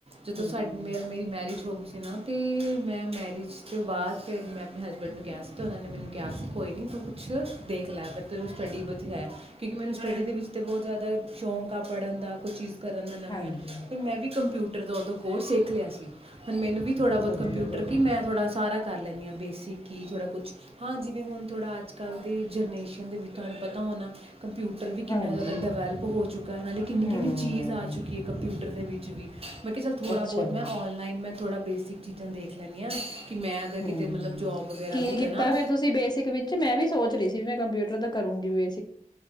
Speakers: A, on the right; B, on the left.
A: ਜਦੋਂ
B: ਹਮ
A: ਸਾਡੀ ਮੇ ਮੇਰੀ ਮੈਰਿਜ ਹੋ ਗਈ ਹੈ ਨਾ ਅਤੇ ਮੈਂ ਮੈਰਿਜ ਤੋਂ ਬਾਅਦ ਫਿਰ ਮੈਂ ਆਪਣੇ ਹਸਬੈਂਡ ਨੂੰ ਕਿਹਾ ਸੀ ਅਤੇ ਉਹਨਾਂ ਨੇ ਮੈਨੂੰ ਕਿਹਾ ਸੀ ਕੋਈ ਨਹੀਂ ਤੂੰ ਕੁਛ ਦੇਖ ਲੈ ਅਗ ਤੈਨੂੰ ਸਟੱਡੀ ਬ ਹੈ ਕਿਉਂਕਿ ਮੈਨੂੰ ਸਟੱਡੀ ਦੇ ਵਿੱਚ ਤਾਂ ਬਹੁਤ ਜ਼ਿਆਦਾ ਸ਼ੌਂਕ ਆ ਪੜ੍ਹਨ ਦਾ ਕੁਛ ਚੀਜ਼ ਕਰਨ ਦਾ ਨਵੀਆਂ
B: ਹਾਂਜੀ,
A: ਫਿਰ ਮੈਂ ਵੀ ਕੰਪਿਊਟਰ ਦਾ ਉਦੋਂ ਕੋਰਸ ਸਿੱਖ ਲਿਆ ਸੀ ਹੁਣ ਮੈੂੰ ਵੀਥੋੜ੍ਹਾ ਬਹੁਤ
B: ਵਧੀਆ
A: ਕੰਪਿਟਰ
B: ਚਲੋ,
A: ਕਿ ਮ ਥੋੜ੍ਹਾ ਸਾ ਕਰ ਲੈਂਦੀ ਹਾਂ ਬੇਸਿਕ ਹੀ ਥੋੜ੍ਹਾ ਕੁਛ ਹਾਂ ਜਿਵੇਂ ਹੁਣ ਥੋੜ੍ਹਾ ਅੱਜ ਕੱਲ੍ਹ ਦੀ ਜਨਰੇਸ਼ਨ ਦੇ ਵਿੱਚ ਤੁਹਾਨੂੰ ਪਤਾ ਹੋਣਾ ਕੰਪਿਊਟਰ ਵੀ
B: ਹਾਂਜੀ,
A: ਕਿੰਨਾ ਜ਼ਿਆਦਾ ਡਿਵੈਲਪ ਹੋ ਦੁਕਾਨਾਂ ਨਾਲੇ ਕਿੰਨੀ
B: ਹੂੰ,
A: ਕਿੰਨੀ ਚੀਜ਼ ਆ ਚੁੱਕੀ ਹੈ ਕੰਪਨੀ ਟਟਰ ਦੇ ਵਿੱਚ ਵੀ ਮੈਂ ਕਿਹਾ ਚ ਥੋੜਾ
B: ਅੱਛਾ
A: ਬਹੁਤ ਮੈਂ
B: ਜੀ,
A: ਔਨਲਾਈਨ ਮੈਂ ਥੋੜ੍ਹਾ ਬੇਸਿਕ ਚੀਜ਼ਾਂ ਦੇਖ ਲੈਂਦੀ ਹਾਂ ਕਿ ਮੈਂ ਅਗਰ
B: ਹਮ
A: ਕਿਤੇ ਮਤਲਬ ਜੋਬ ਵਗੈਰਾ
B: ਕੀ
A: ਵੀ
B: ਕੀਤਾ
A: ਕਰਾਂ
B: ਫੇਿਰ ਤੁਸੀਂ ਬੇਸਿਕ ਵਿੱਚ ਮੈਂ ਵੀ ਸੋਚ ਰਹੀ ਸੀ ਮੈਂ ਕੰਪਿਊਟਰ ਦਾ ਕਰੂੰਗੀ ਵੀੇ